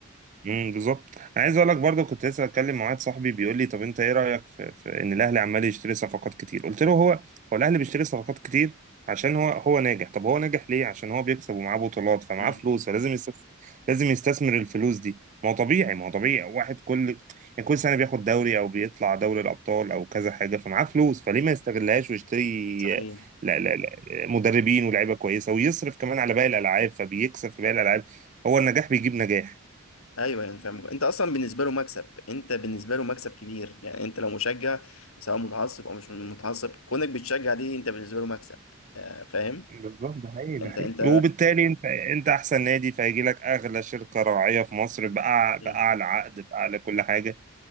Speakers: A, on the right; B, on the left.
A: امم بالظبط انا عايز اقول لك برضه كنت لسه اتكلم مع واحد صاحبي بيقول لي طب انت ايه رايك في, في ان الاهلي عمال يشتري صفقات كتير قلت له هو هو الاهلي بيشتري صفقات كتير عشان هو هو ناجح طب هو ناجح ليه عشان هو بيكسب ومعاه بطولات فمعاه
B: امم
A: فلوس فلازم يستثمر لازم يستثمر الفلوس دي ما هو طبيعي ما هو طبيعي واحد كل يعني كل سنه بياخد دوري او بيطلع دوري الابطال او كذا حاجه فمعاه فلوس فليه ما يستغلهاش ويشتري
B: صحيح
A: لا لا لا مدربين ولاعيبه كويسه ويصرف كمان على باقي الالعاب فبيكسب في باقي الالعاب هو النجاح بيجيب نجاح
B: ايوه يعني فاهم انت اصلا بالنسبه له مكسب انت بالنسبه له مكسب كبير يعني انت لو مشجع سواء متعصب او مش متعصب كونك بتشجع دي انت بالنسبه له مكسب آه، فاهم
A: بالظبط ده حقيقي ده
B: انت
A: حقيقي
B: انت
A: وبالتالي انت انت احسن نادي فهيجي لك اغلى شركه راعيه في مصر بأع...
B: مم.
A: باعلى عقد باعلى كل حاجه